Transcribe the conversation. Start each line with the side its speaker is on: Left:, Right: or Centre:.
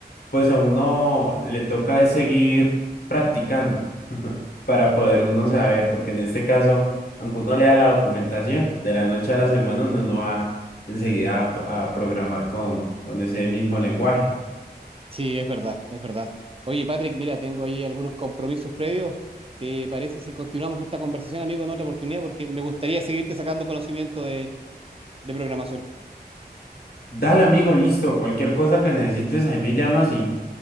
Left: pues a uno le toca es seguir practicando <laughs> para poder uno saber, porque en este caso, aunque uno lea la documentación, de la noche a la semana uno no va enseguida a, a programar con, con ese mismo lenguaje.
Right: Sí, es verdad, es verdad. Oye, Patrick, mira, tengo ahí algunos compromisos previos. ¿Te parece si continuamos esta conversación, amigo, en otra oportunidad? Porque me gustaría seguirte sacando conocimiento de, de programación.
Left: Dale, amigo, listo. Cualquier cosa que necesites, ahí me llamas y